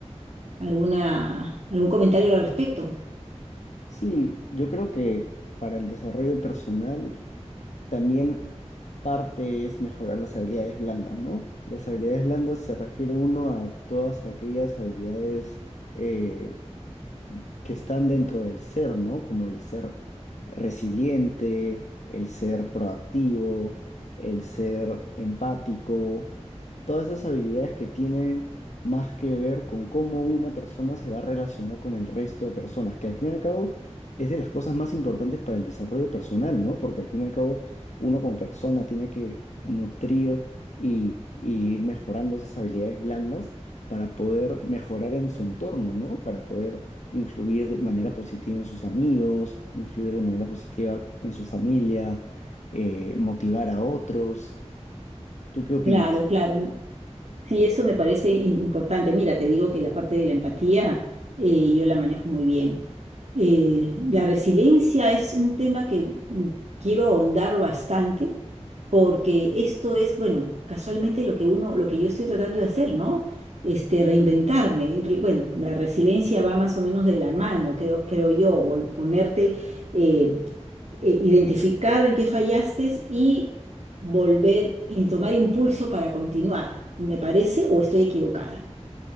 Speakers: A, on the right; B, on the left.
A: alguna, algún comentario al respecto?
B: Sí, yo creo que para el desarrollo personal También parte es mejorar las habilidades blandas, ¿no? Las habilidades blandas se refiere uno a todas aquellas habilidades eh, que están dentro del ser, ¿no? Como el ser resiliente, el ser proactivo, el ser empático, todas esas habilidades que tienen más que ver con cómo una persona se va a relacionar con el resto de personas, que al fin y al cabo es de las cosas más importantes para el desarrollo personal, ¿no? Porque al fin y al cabo uno como persona tiene que nutrir y, y ir mejorando esas habilidades blandas para poder mejorar en su entorno, ¿no? Para poder influir de manera positiva en sus amigos, influir de manera positiva en su familia, eh, motivar a otros. ¿Tú qué opinas?
A: Claro, claro. Sí, eso me parece im- importante. Mira, te digo que la parte de la empatía eh, yo la manejo muy bien. Eh, la resiliencia es un tema que mm, quiero ahondar bastante porque esto es, bueno, casualmente lo que uno, lo que yo estoy tratando de hacer, ¿no? Este, reinventarme. Re- Bueno, la resiliencia va más o menos de la mano, creo, creo yo, vol- ponerte, eh, eh, identificar en qué fallaste y volver y tomar impulso para continuar. ¿Me parece o estoy equivocada?